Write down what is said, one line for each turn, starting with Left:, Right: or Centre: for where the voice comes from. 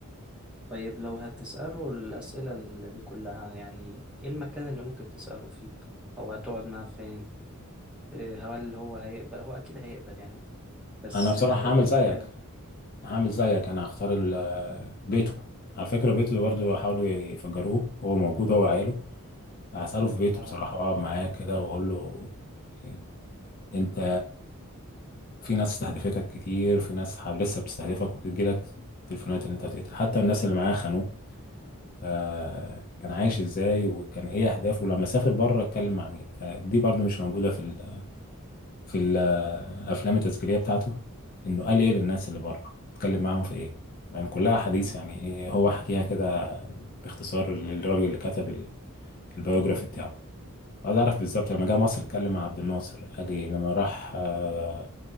Centre: طيب لو هتسأله الأسئلة اللي دي كلها يعني إيه المكان اللي ممكن تسأله فيه أو هتقعد معاه فين إيه هل هو هيقبل هو أكيد هيقبل يعني بس
Left: انا بصراحة
Centre: آه،
Left: هعمل
Centre: ايه المكان
Left: زيك هعمل زيك انا هختار ال- بيته على فكرة بيته برضه حاولوا يفجروه هو موجود هو وعياله هسأله في بيته
Centre: اه
Left: بصراحة وأقعد معاه كده وأقول له يعني أنت في ناس استهدفتك كتير في ناس ح- لسه بتستهدفك وبتجيلك تليفونات إن أنت هتقتل حتى الناس اللي معاه خانوه فكان عايش إزاي وكان إيه أهدافه لما سافر بره اتكلم مع مين فدي برضو مش موجودة في ال في الأفلام التسجيلية بتاعته إنه قال إيه للناس اللي بره اتكلم معاهم في إيه يعني كلها حديث
Centre: مم.
Left: يعني إيه هو حكيها كده باختصار للراجل اللي كتب ال- البيوجرافي بتاعه عايز اعرف بالظبط لما جه مصر اتكلم مع عبد الناصر قال ايه لما راح آه،